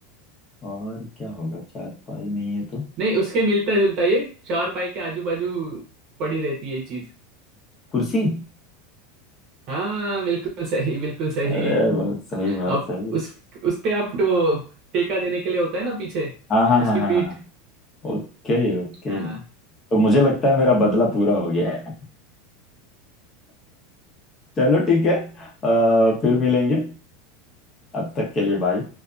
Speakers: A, on the left; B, on the right.
A: और क्या होगा चारपाई नहीं है तो
B: नहीं उसके मिलता जुलता ये चार पाई के आजू बाजू पड़ी रहती है ये चीज
A: कुर्सी
B: हाँ बिल्कुल सही बिल्कुल सही
A: अरे बहुत सही बहुत
B: अब
A: सही
B: उस उस पे आप तो टेका देने के लिए होता है ना पीछे
A: हाँ हाँ
B: उसकी
A: हाँ हाँ
B: पीठ
A: हाँ Okay okay
B: हाँ
A: तो मुझे लगता है मेरा बदला पूरा हो गया है चलो ठीक है अ, फिर मिलेंगे अब तक के लिए बाय